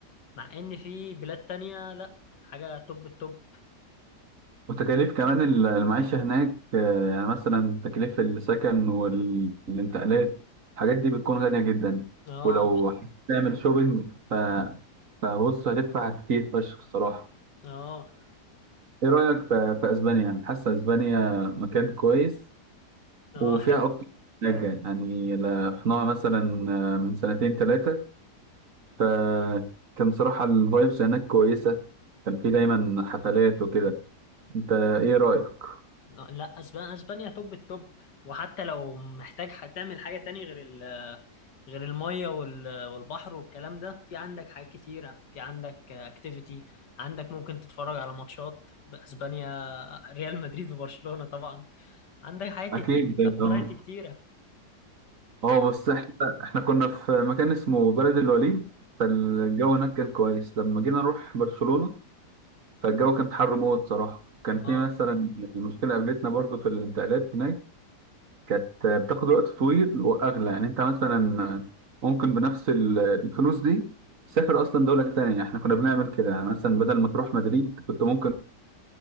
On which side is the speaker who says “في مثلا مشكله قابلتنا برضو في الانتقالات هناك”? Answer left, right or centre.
Right